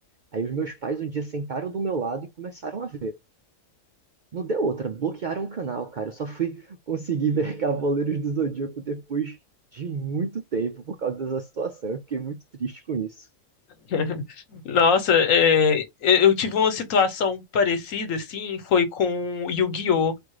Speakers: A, on the right; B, on the left.
A: Aí os meus pais um dia sentaram do meu lado e começaram a ver. Não deu outra, bloquearam o canal, cara. Eu só fui conseguir <laughs> ver Cavaleiros do Zodíaco depois de muito tempo por causa dessa situação. Eu fiquei muito triste com isso.
B: <laughs> Nossa, é, eu eu tive uma situação parecida, assim, foi com Yu-Gi-Oh!